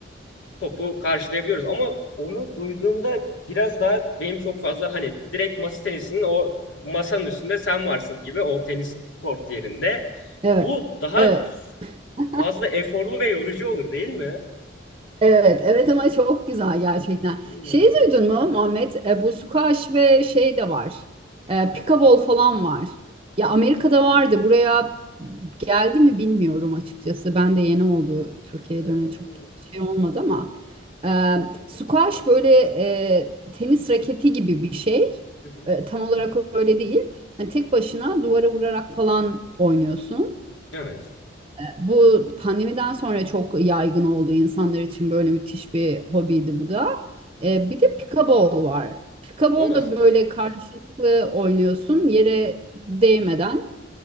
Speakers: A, on the left; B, on the right.
A: topu karşılayabiliyoruz. Ama onu duyduğumda biraz daha benim çok fazla hani direkt masa tenisinin o masanın üstünde sen varsın gibi o tenis kort yerinde.
B: Evet.
A: Bu daha
B: Evet. <laughs>
A: fazla eforlu ve yorucu olur değil mi?
B: Evet, evet ama çok güzel gerçekten.
A: Hmm.
B: Şeyi duydun mu Muhammed? E, bu squash ve şey de var. E, pickleball falan var. Ya Amerika'da vardı. Buraya geldi mi bilmiyorum açıkçası. Ben de yeni oldu. Türkiye'ye
A: Ha,
B: döneli çok şey olmadı ama. E, squash böyle e, tenis raketi gibi bir şey.
A: Hı hı.
B: E, tam olarak öyle değil. Hani tek başına duvara vurarak falan oynuyorsun.
A: Evet.
B: Bu pandemiden sonra çok yaygın oldu insanlar için böyle müthiş bir hobiydi bu da. Ee, bir de pikabol var. Pikabol
A: O nasıl?
B: da böyle karşılıklı oynuyorsun yere değmeden